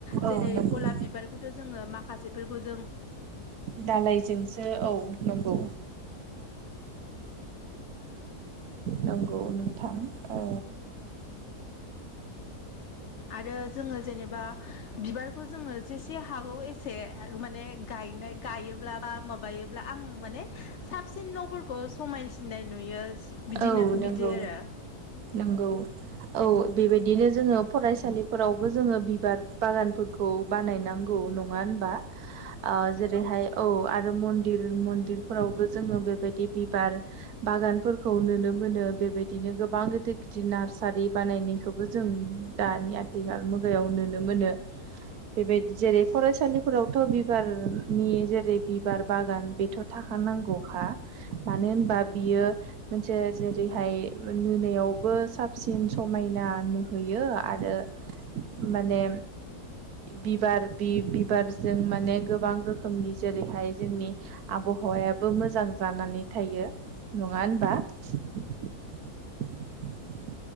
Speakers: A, on the left; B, on the right.
A: जेरै
B: औ नंगौ
A: गलाब बिबारखौथ' जोङो माखासेफोरखौ जों
B: दालायजोंसो औ नंगौ नंगौ नोंथां ओ
A: आरो जोङो जेनेबा बिबारखौ जोङो जेसे हागौ एसे माने गायनाय गायोब्ला बा माबायोब्ला आं माने साबसिन न'फोरखौ समायसिननाय नुयो। बिदिनो
B: औ नंगौ
A: बिदि आरो
B: नंगौ। औ बेबायदिनो जोङो फरायसालिफोरावबो जोङो बिबार बागानफोरखौ बानायनांगौ। नङा होनबा ओ जेरैहाय औ आरो मन्दिर मन्दिरफोरावबो जोङो बेबायदि बिबार बागानफोर खौ नुनो मोनो बेबायदिनो गोबां गिदिर गिदिर नार्सारि बानायनायखौबो जों दानिया आथिखाल मुगायाव नुनो मोनो बेबायदि जेरै फरायसालिफोरावथ बिबारनि जेरै बिबार बागान बेथ थाख खानांगौखा मानो होनबा बियो मोनसे जेरैहाय नुयावबो साबसिन समायना नुहैयो आरो माने बिबार बि बिबारजों माने गोबां रोखोमनि जेरैहाय जोंनि आबहावायाबो मोजां जानानै थायो नङा होनबा? <unintelligible>